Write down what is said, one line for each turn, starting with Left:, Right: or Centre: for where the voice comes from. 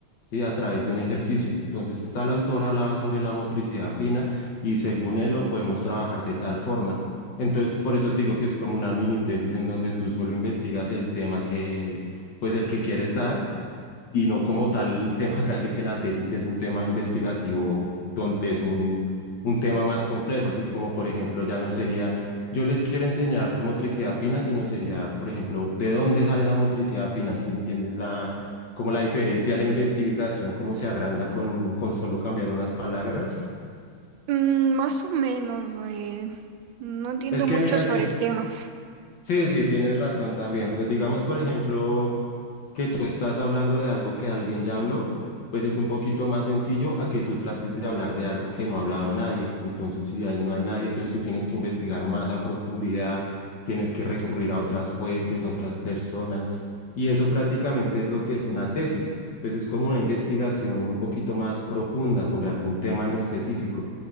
Left: ¿sí? A través de un ejercicio. Entonces tal autor hablaba sobre la motricidad fina y según él lo podemos trabajar de tal forma. Entonces, por eso te digo que es como una mini tesis en donde tú solo investigas el tema que, pues el que quieres dar y no como tal <laughs> el tema grande que la tesis, si es un tema investigativo donde es un, un tema más complejo, si como por ejemplo ya no sería, yo les quiero enseñar motricidad fina, sino sería, por ejemplo, de dónde sale la motricidad fina, si entiendes la, como la diferencia de la investigación, cómo se agranda con, con solo cambiar unas palabras.
Right: Mm, más o menos. eh, no entiendo
Left: Es que
Right: mucho
Left: mira
Right: sobre
Left: que
Right: el tema.
Left: Sí, sí, tienes razón también, pero digamos, por ejemplo, que tú estás hablando de algo que alguien ya habló, pues es un poquito más sencillo a que tú trates de hablar de algo que no ha hablado nadie. Entonces, si ahí no hay nadie, entonces tú tienes que investigar más a profundidad, tienes que recurrir a otras fuentes, a otras personas, y eso prácticamente es lo que es una tesis, pues es como una investigación un poquito más profunda sobre algún tema en específico.